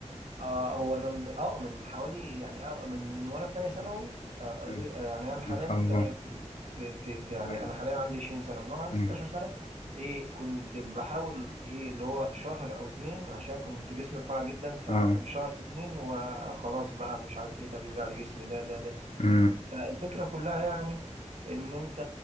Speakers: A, on the right; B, on the left.
A: آه هو انا م- اه من حوالي يعني آه من وانا في تانية ثانوي آه آه
B: مم.
A: آه، يعني انا حاليا
B: ما شاء
A: في
B: الله
A: تانية كل- في, في, في يعني
B: أيوة.
A: انا حاليا عندي 20 سنة من وانا عندي
B: مم.
A: 16 سنة ايه كنت بحاول ايه اللي هو شهر او اتنين عشان كنت جسمي رفيع جدا فشهر
B: اه
A: او اتنين وخلاص بقى مش عارف ايه ده بيوجع لي جسمي ده ده ده
B: مم.
A: فالفكرة كلها يعني ان انت